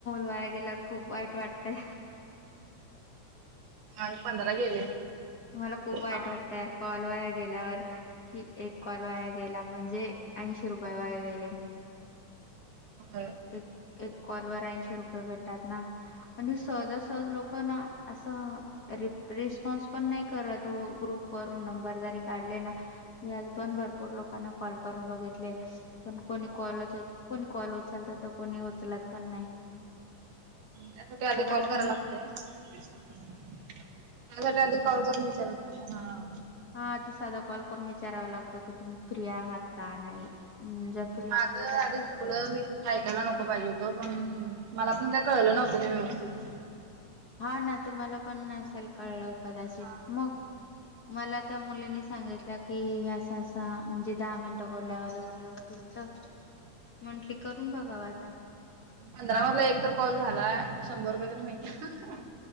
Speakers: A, on the left; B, on the right.
A: वाया गेल्यावर खूप वाईट वाटत यार.
B: माझे पंधरा गेले.
A: मला खूप वाईट
B: हा
A: वाटतंय यार कॉल वाया गेल्यावर कि एक कॉल वाया गेला म्हणजे ऐंशी रुपये वाया गेले.
B: होय
A: एक एक कॉलवर ऐंशी रुपये भेटतात ना आणि सहजासहज लोकांना असं रिस्पॉन्स पण नाही करत ओ ग्रुप वरून नंबर जरी काढले ना मी आज पण भरपूर लोकांना कॉल करून बघितले. पण कोणी कॉलच कोणी कॉल उचलत तर कोणी उचलत पण नाही.
B: त्यासाठी आधी
A: मग
B: कॉल
A: आज
B: करा
A: तुम्ही
B: लागते त्यासाठी आधी कॉल करून विचारायला पाहिजे हा
A: हा आधी साधा कॉल करून विचारावा लागतो की तुम्ही प्रि आहात का नाही. हम्म, जर फ्री
B: माझं
A: असल्या तर
B: आधी
A: ठीक
B: चुकलं
A: आहे.
B: मि ऐकायला नको पाहिजे होतं पण मला आपण काय कळलं नव्हतं काय व्यवस्थित.
A: हा ना तुम्हाला पण नसेल कळलं कदाचित
B: हा
A: मग मला त्या मुलीनी सांगितल्या की असं असा म्हणजे दहा मिनटं बोलल्यावर एवढं एवढं भेटत. म्हंटली करून बघाव आता
B: पंधरा मधला एक तर कॉल झालाय शंभर रुपये तरी मिळतील.